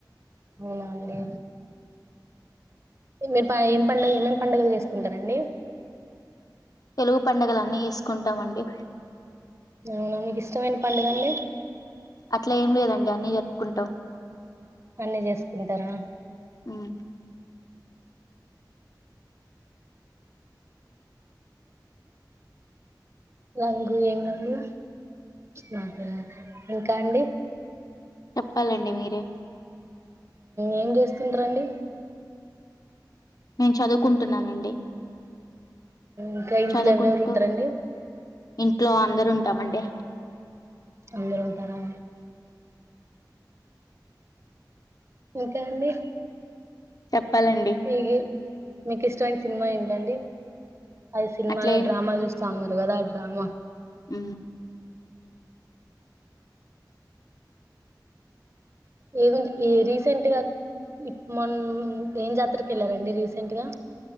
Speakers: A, on the right; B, on the left.
A: అవునా అండి మీరు ఏం పండగ ఏమేమి పండుగలు చేసుకుంటారండి
B: తెలుగు పండగలు అన్నీ చేసుకుంటామండి
A: అవునా మీకు ఇష్టమైన పండుగ అండి
B: అట్లా ఏం లేదండి అన్ని చెప్పుకుంటాం
A: అన్ని చేసుకుంటారా
B: ఉమ్,
A: రంగు ఏం రంగు మాకు ఇంకా అండి
B: చెప్పాలండి మీరే
A: ఏం చేస్తుంటారంండి
B: నేను చదువుకుంటున్నానండి.
A: ఇంకా ఇంట్లో
B: చదువుకుంటూ
A: ఎవరెవరు ఉంటారంండి
B: ఇంట్లో అందరు ఉంటామండి
A: అందరూ ఉంటారా ఇంకా అండి
B: చెప్ ప్పాలండి
A: ఈ మీకు ఇష్టమైన సినిమా ఏంటండి అ సినిమా
B: అట్లా
A: డ్రామాలు చూస్తా ఉన్నారు కదా దాము
B: అ
A: ఏమ ఏ రీసెంట్గా మొ ఏం జాతరకి వెళ్ళారంండి రీసెంట్గా